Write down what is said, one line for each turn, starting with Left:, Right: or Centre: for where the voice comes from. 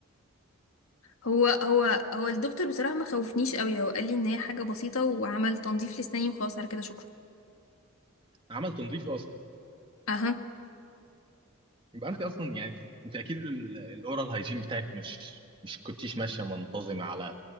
Left: هو هو هو الدكتور بصراحه ما خوفنيش قوي هو قال لي ان هي حاجه بسيطه وعمل تنظيف لساني وخلاص على كده شكرا
Right: عمل تنظيف اصلا
Left: اها
Right: يبقى انت اصلا يعني انت اكيد ال- الاورال هايجين بتاعك مش مش كنتيش ماشية منتظمة على